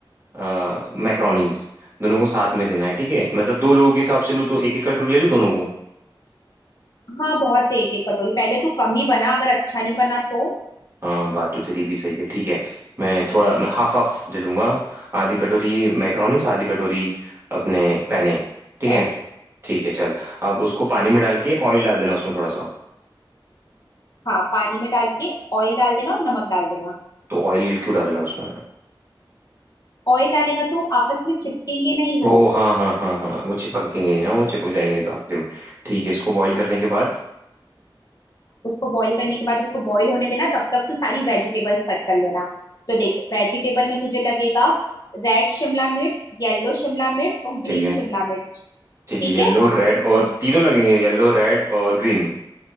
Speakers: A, on the right; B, on the left.
A: मैक्रोनीज दोनों को साथ में लेना है ठीक है मतलब दो लोगों के हिसाब से लूँ तो एक एक कटोरी ले लूँ दोनों को
B: हाँ बहुत है, एक एक कटोरी पहले तू कम ही बना अगर अच्छा नहीं बना तो
A: हाँ बात तो तेरी भी सही है ठीक है मैं थोड़ा मैं हाफ हाफ ले लूंगा आधी कटोरी मैक्रोनीस आधी कटोरी अपने पैने ठीक
B: पैने
A: है ठीक है चल अब उसको पानी में डाल के ऑयल डाल देना उसमें थोड़ा सा
B: हाँ पानी में डाल के ऑयल डाल देना और नमक डाल देना
A: तो ऑयल क्यों डाल रहा है उसमें
B: ऑयल डालेगा तो आपस में चिपकेंगे नहीं वो
A: ओ हाँ हाँ हाँ हाँ वो चिपकेंगे नहीं ना वो चिपक जाएंगे नहीं तो आखिर में ठीक है इसको बॉईल करने के बाद
B: उसको बॉईल करने के बाद उसको बॉईल होने देना तब तक तू सारी वेजिटेबल्स कट कर लेना तो देख वेजिटेबल में तुझे लगेगा रेड शिमला मिर्च येलो शिमला मिर्च और
A: ठीक
B: ग्रीन
A: है
B: शिमला मिर्च
A: ठीक
B: ठीक
A: है येलो
B: है
A: रेड और तीनों लगेंगे येलो रेड और ग्रीन